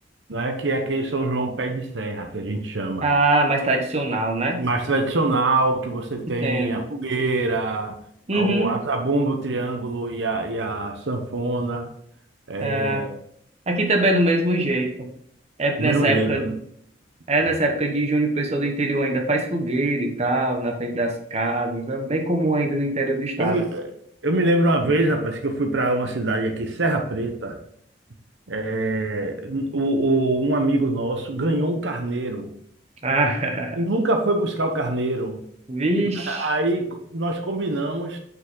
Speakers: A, on the right; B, on the right.
A: né? Que é aquele São João Pé de Serra, que a gente chama.
B: Ah, mais tradicional, né?
A: Mais tradicional, que você tem
B: Entendo.
A: a fogueira,
B: Uhum.
A: o- a zabumba, o triângulo e a, e a sanfona. É,
B: É. Aqui também é do mesmo jeito. É
A: do
B: nessa
A: mesmo
B: época,
A: jeito, né?
B: é
A: É.
B: nessa época de junho, o pessoal do interior ainda faz fogueira e tal, na frente das casas. É bem comum ainda no interior do estado.
A: Eu me, eu me lembro uma vez, rapaz, que eu fui para uma cidade aqui, Serra Preta. É, o, o- um amigo nosso ganhou um carneiro
B: Ah,
A: e
B: <laughs>
A: nunca foi buscar o carneiro.
B: vixe.
A: A- Aí co- nós combinamos